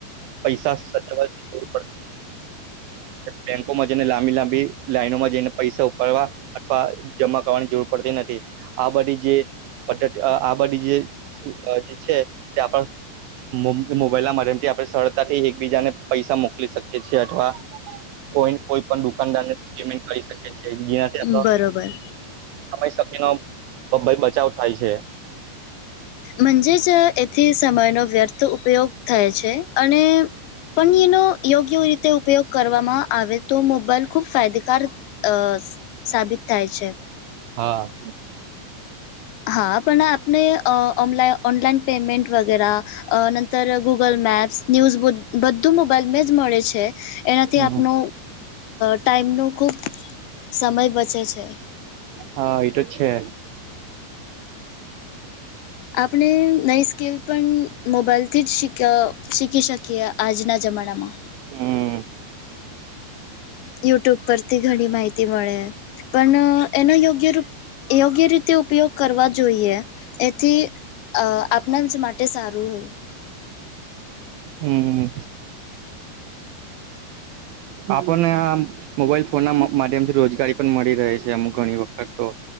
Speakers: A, on the right (about 80°); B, on the left (about 80°).
A: પૈસા સચ બેંકોમાં જઈને લાંબી લાંબી લાઈનોમાં જઈને પૈસા ઉપાડવા અથવા જમા કરવાની જરૂર પડતી નથી આ બધી જે બ આ બધી જે જે છે તે આપણ મોબાઈલ ના માધ્યમથી આપણે સરળતાથી એકબીજાને પૈસા મોકલી શકીએ છીએ અથવા કોઈ કોઈ પણ દુકાનદાર ને પેમેન્ટ કરી શકે છે જ્યા
B: બરોબર
A: રી શક્તિ નો બચાવ થાય છે.
B: મજે જ એથી સમયનો વ્યર્થ ઉપયોગ થાય છે અને પણ એનો યોગ્ય રીતે ઉપયોગ કરવામાં આવે તો મોબાઈલ ખૂબ ફાયદેકાર અ સાબિત થાય છે.
A: હા.
B: હા પણ આપણે ઓનલા ઓનલાઈન પેમેન્ટ વગેરા અ ગુગલ મેપ્સ ન્યૂઝ બધું મોબાઈલ મે જ મળે છે. એનાથી
A: હમ
B: આપણ ટાઈમનો ખૂબ સમય બચે છે.
A: હા એતો જ છે.
B: આપણે નવી સ્કીિલ પણ મોબાઈલથી જ શી શીખી શકીએ આજના જમાનામાં
A: હમ
B: યુટ્યુબ પરથી ઘણી માહિતી મળે પણ એનો યોગ્ય રૂપ યોગ્ય રીતે ઉપયોગ કરવા જોઈએ એથી આપણા જ માટે સારું હોય
A: હમ. આપણ મોબાઈલ ફોન ના માધ્યમથી રોજગારી પણ મળી રહે છે અમુક ઘણી વખત તો